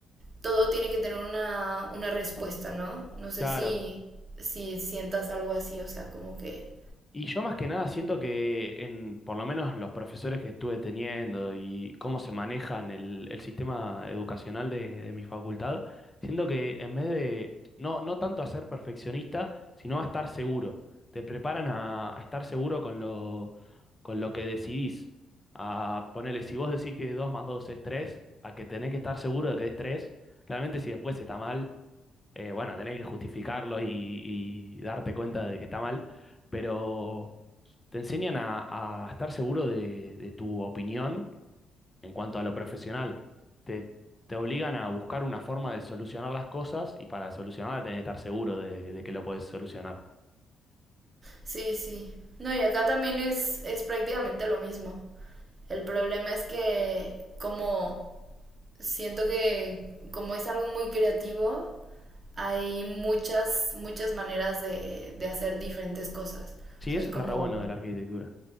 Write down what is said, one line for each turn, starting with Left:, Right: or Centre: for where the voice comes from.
Right: todo tiene que tener una, una respuesta, ¿no? No sé
Left: Claro.
Right: si, si sientas algo así, o sea, como que...
Left: Y yo más que nada siento que en, por lo menos los profesores que estuve teniendo y cómo se manejan el, el sistema educacional de, de mi facultad, siento que en vez de no, no tanto a ser perfeccionista, sino a estar seguro. Te preparan a, a estar seguro con lo, con lo que decidís. A ponerle, si vos decís que 2 más 2 es 3 a que tenés que estar seguro de que es tres Claramente si después está mal, eh, bueno, tenés que justificarlo y y darte cuenta de que está mal, pero te enseñan a, a estar seguro de, de tu opinión en cuanto a lo profesional. Te, te obligan a buscar una forma de solucionar las cosas y para solucionarla tenés que estar seguro de, de que lo podés solucionar.
Right: Sí, sí. No, y acá también es, es prácticamente lo mismo. El problema es que como siento que como es algo muy creativo, hay muchas, muchas maneras de, de hacer diferentes cosas.
Left: Sí,
Right: O sea,
Left: eso
Right: es como
Left: está re bueno de la arquitectura,